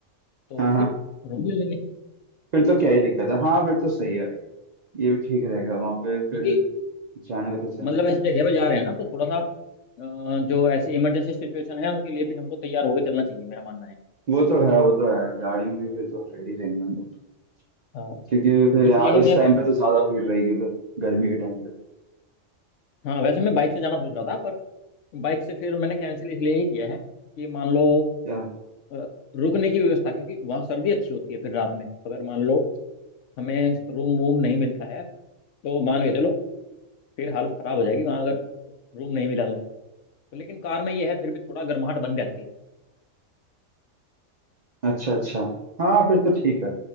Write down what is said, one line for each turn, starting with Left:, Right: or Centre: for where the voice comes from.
Left: तो
Right: हाँ हाँ
Left: फिर रूम ले लेंगे
Right: फिर तो क्या ही दिक्कत है हाँ फिर तो सही है ये भी ठीक रहेगा वहां पे फिर
Left: क्योंकि
Right: जाने का तो सही
Left: मतलब
Right: है
Left: ऐसी जगह पे जा रहे हैं ना तो थोड़ा सा अ, जो ऐसी इमरजेंसी सिचुएशन है उनके लिए भी हमको तैयार होकर चलना चाहिए मेरा मानना है
Right: वो तो है वो तो है गाड़ी में भी फिर तो रेडी रहेंगे हम लोग तो
Left: हाँ
Right: क्योंकि फिर
Left: इसलिए
Right: यहाँ इस
Left: मैं
Right: टाइम पे तो ज्यादा भीड़ रहेगी उधर गर्मी के टाइम पे
Left: हाँ वैसे मैं बाइक से जाना सोच रहा था पर बाइक से फिर मैंने कैंसिल इसलिए ही किया है कि मान लो
Right: या
Left: अ, रुकने की व्यवस्था क्योंकि वहाँ सर्दी अच्छी होती है फिर रात में अगर मान लो हमें रूम वूम नहीं मिलता है तो मान के चलो फिर हालत खराब हो जाएगी वहाँ अगर रूम नहीं मिला तो तो लेकिन कार में ये है फिर भी थोड़ा गर्माहट बन जाती है
Right: अच्छा अच्छा हाँ फिर तो ठीक है